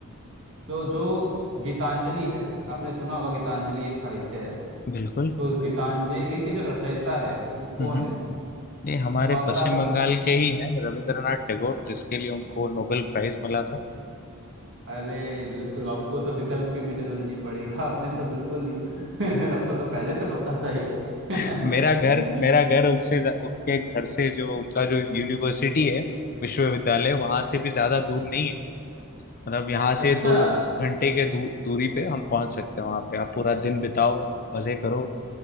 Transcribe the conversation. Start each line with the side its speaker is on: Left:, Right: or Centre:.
Right: तो जो गीतांजलि है आपने सुना होगा गीतांजलि एक साहित्य है
Left: बिल्कुल
Right: तो गीतांजलि के जो रचयिता है वो कौन
Left: हम्म
Right: है
Left: ये हमारे
Right: तो अगर
Left: पश्चिम
Right: आप
Left: बंगाल
Right: विक...
Left: के ही हैं रविंद्रनाथ टैगोर जिसके लिए उनको नोबेल प्राइज मिला था
Right: अरे बिल्कुल आपको तो विकल्प की भी जरूरत नहीं पड़ी <laughs> आपने तो बिल्कुल <laughs> ये- आपको तो पहले से पता था ये <laughs>
Left: <laughs> मेरा घर
Right: ये-
Left: मेरा घर उनसे ज्या- उनके घर से जो उनका जो यूनिवर्सिटी है विश्वविद्यालय वहां से भी ज्यादा दूर नहीं है मतलब यहाँ
Right: अच्छा
Left: से दो घंटे के दू, दूरी पे हम पहुंच सकते हैं वहां पे आप पूरा दिन बिताओ मजे करो